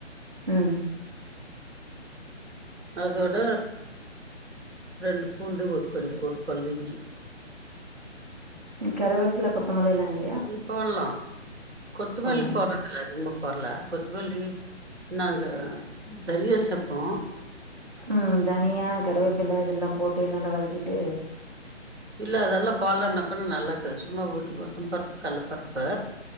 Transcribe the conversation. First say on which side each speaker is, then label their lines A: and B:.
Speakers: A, on the right; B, on the right.
A: ம்
B: அதோட ரெண்டு பூண்டு ஒரு கொஞ்சோ ஒரு பல்லு இஞ்சி
A: கெரவேப்பில்ல கொத்தமல்லி எல்லா இல்
B: ம் போட்லா கொத்துமல்லி
A: சொல்லுங்க
B: போட்றதுல்ல உமக் குர்ல கொத்தமல்லி நாங்க தனியா சேப்போ
A: ம் தனியா கருவேப்பில இதெல்லாம் போட்டு எண்ணெல்ல வதக்கிட்டு
B: இல்ல அதெல்லா பாலான்ன அப்பறம் நல்லா இக்காது சும்மா ஒரு உளுத்தம் பருப்பு கல்லப்பருப்பு